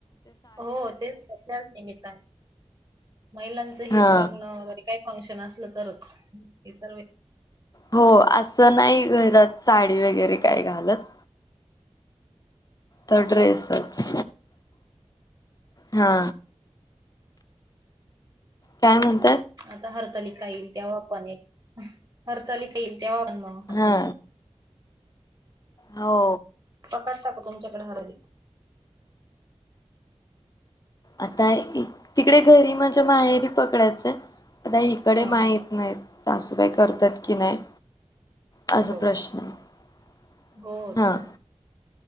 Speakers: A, on the right; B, on the left.
A: हो तेच तेथल्याच निमित्ताने महिलांचं हे
B: हा
A: लग्न वगैरे काही फंक्शन असलं तरच इतर वे
B: हो असं नाही घरात साडी वगैरे काय घालत तर ड्रेसच हा काय म्हणत
A: आता हरतालिका येईल तेव्हापने हरतालिका येईल तेव पण म हजून
B: हा हो
A: करता का तुमच्याकडे हरतालिका
B: आता तिकडे घरी म्हझ्या माहेरी पकडायचंय आता इकडे
A: हा
B: माहीत
A: हा
B: नाही सासूबाई करतात की नाही असा
A: हो
B: प्रश्न आहे
A: हो
B: हा
A: ते